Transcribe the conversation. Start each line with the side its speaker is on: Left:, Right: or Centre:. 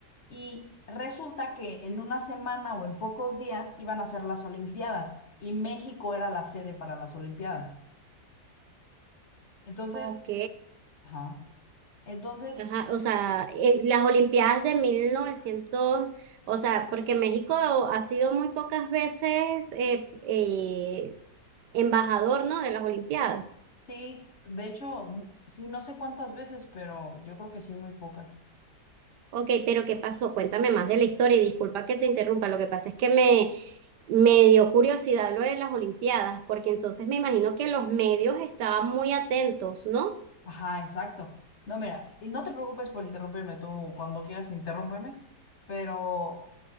Left: y resulta que en una semana o en pocos días iban a ser las Olimpiadas y México era la sede para las Olimpiadas. Entonces,
Right: Ok.
Left: ajá. Entonces,
Right: Ajá, o sea, eh, las Olimpiadas de mil novecientos o sea, porque México ha sido muy pocas veces eh, eh, embajador, ¿no? De las Olimpiadas.
Left: sí, de hecho, sí, no sé cuántas veces, pero yo creo que sí, muy pocas.
Right: Ok, pero ¿qué pasó? Cuéntame más de la historia y disculpa que te interrumpa. Lo que pasa es que me, me dio curiosidad lo de las Olimpiadas, porque entonces me imagino que los medios estaban muy atentos, ¿no?
Left: Ajá, exacto. No, mira, y no te preocupes por interrumpirme tú, cuando quieras interrúmpeme, pero,